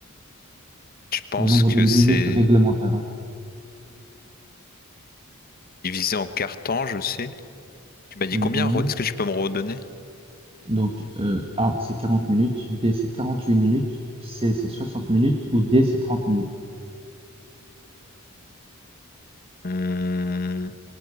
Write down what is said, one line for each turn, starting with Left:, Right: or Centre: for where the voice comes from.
Left: je pense
Right: le nombre
Left: que
Right: de minutes
Left: c'est
Right: réglementaires? hein.
Left: divisé en quarts temps, je sais. Tu m'as dit
Right: Mhm.
Left: combien? re- Est-ce que tu peux me redonner?
Right: Donc euh, A c'est 40 minutes, B c'est 48 minutes, C c'est 60 minutes ou D c'est 30 minutes.
Left: Hmm,